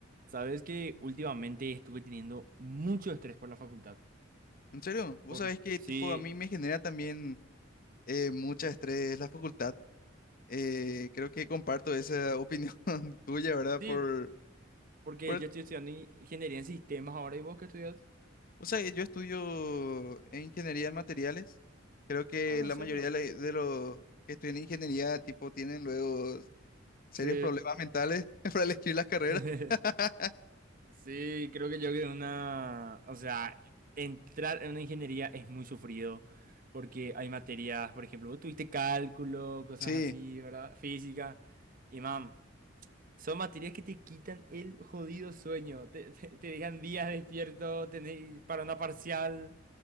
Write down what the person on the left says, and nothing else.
En serio, vos
sabés que
tipo a mí me genera también eh, mucho estrés la facultad. Eh, creo que comparto esa opinión <laughs> tuya, ¿verdad?
Por,
por el-
o sea, yo estudio en ingeniería en materiales. Creo que
la
mayoría de, la- de los que estudian ingeniería tipo tienen luego serios
problemas mentales <laughs> para elegir las carreras.
<laughs>
Sí,